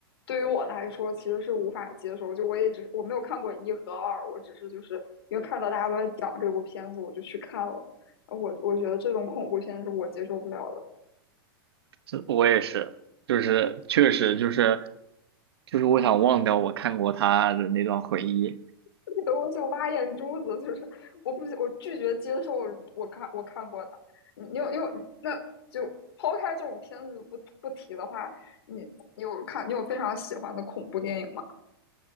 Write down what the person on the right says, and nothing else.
这我也是，就是确实就是就是我想忘掉我看过他的那段回忆。